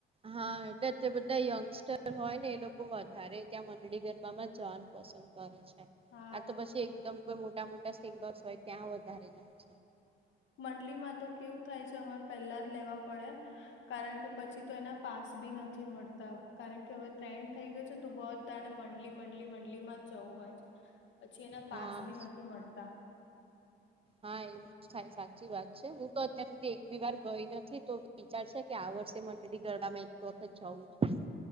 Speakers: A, on the right; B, on the left.
A: હા એટલે અતાર બધા યંગસ્ટર હોય ને એ લોકો વધારે ત્યાં મંડળી ગરબામાં જવાનું પસંદ કરે છે
B: હા
A: આ તો પછી એકદમ કોઈ મોટા મોટા સિંગર્સ હોય ત્યાં વધારે જાય છે.
B: મંડલી માં તો કેવું થાય છે અમારે પહેલા જ લેવા પડે. કારણ કે પછી તો એના પાસ બી નથી મળતા કારણ કે હવે ટ્રેન્ડ થઈ ગયો છે ને તો બ ને મંડલી મંડલી મંડલી માં જવું હોય છે પછી એના
A: હા
B: પાસ બી નથી મળે
A: હા એવું. થાય સાચી વાત છે હું તો અત્યાર સુધી એક બી વાર ગઈ નથી તો વિચાર છે કે આ વર્ષે મંડળી ગરબામાં વખત જવું છે.